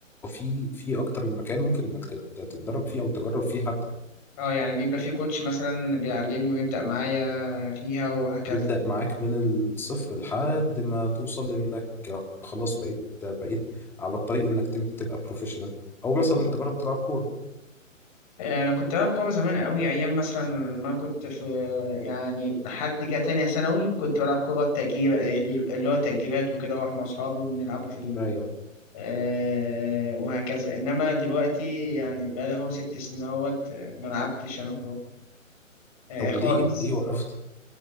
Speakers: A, in the centre; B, on the left.
A: في في اكتر من مكان ممكن انك تت- تتدرب فيه او تجرب فيه حتى
B: اه يعني بيبقى في كوتش مثلا بيعلمني ويبدأ معايا فيها وهكذا
A: يبدأ معاك من الصفر لحد ما توصل انك خلاص بقيت بقيت على الطريق انك تب- تبقى بروفيشنال او مثلا تجرب تلعب كورة
B: انا كنت بلعب كوره زمان قوي ايام مثلا ما كنت في يعني لحد جه تانية ثانوي كنت بلعب كوره تأجير اللي هو تأجيرات وكده واروح مع اصحابي ونلعبوا في ال...
A: ايوه
B: آه وهكذا انما دلوقتي يعني بقى لي هو ست سنين اهوت ما لعبتش انا آه،
A: طب
B: خالص
A: ليه ليه وقفت